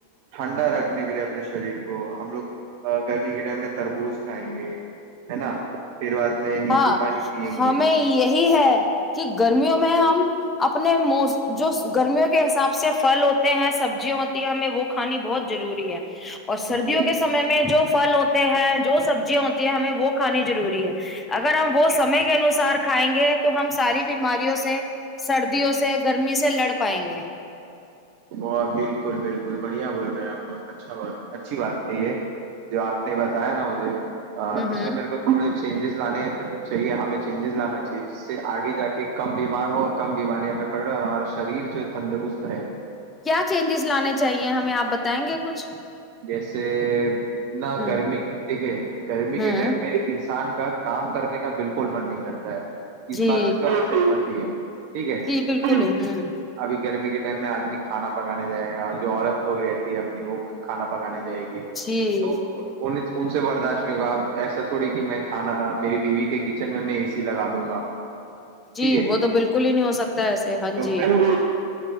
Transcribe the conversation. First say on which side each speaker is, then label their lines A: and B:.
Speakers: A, on the right; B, on the left.
A: ٹھنڈا رکھنے کے لیے اپنے شریر کو ہم لوگ گرمی کے ٹائم میں تربوز کھائیں گے ہے نا بعد میں نیمبو
B: ہاں
A: پانی پیئیں
B: ہمیں
A: گے
B: یہی ہے کہ گرمیوں میں ہم ہم اپنے م جو گرمیوں کے حساب سے پھل ہوتے ہیں سبزیاں ہوتی ہیں ہمیں وہ کھانی بہت ضروری ہے اور
A: بالکل
B: سردیوں کے سمے میں جو فھل ہوتے ہیں جو سبزیاں ہو ہمیں وہ کھانانی ضروری ہے اگر ہم وہ سمے کے انوسار کھائیں گے تو ہم ساری بیماریوں سے سردیوں سے گرمی سے لڑ پائیں گے
A: وہ بالکل بالکل بڑھیا بول رہے ہیں آپ اچھا اچھی بات ہے یہ جو آپ نے بتایا نا مجھے
B: ہوں
A: اس
B: ہوں
A: میں میرے کو تھوڑے چینجز لانے چاہیے ہمیں چینجز لانا چاہیے جس سے آگے جا کے کم بیمار ہو کم بیماری ہمیں پکڑے اور ہمارا شریر جو تندرست رہے
B: کیا چینجز لانے چاہیے ہمیں آپ بتائیں گے کچھ
A: جیسے نہ
B: ہوں
A: گرمی دیکھے گرمی
B: ہوں
A: کے ٹائم میں انسان کا کام کرنے کا بالکل من نہیں کرتا ہے <unintelligible>
B: جی
A: ٹھیک ہے
B: جی بالکل
A: ابھی
B: ہوں ہہم
A: ابھی گرمی کے ٹائم میں آدمی کھانا پکانے جائے گا اور جو عورت لوگ رہتی ہے اپنی وہ کانا پکانے جائے گی
B: جی
A: تو انس ان سے برداشت نہیں ہوگا اب ایسا تھوڑی کہ میں کھانا میری بیوی کے کچن میں میں اے سی لگا دوں گا
B: جی
A: ٹھیک ہے
B: وہ تو بالکل ہی نہیں ہو سکتا
A: <unintelligible>
B: ایسے ہاں جی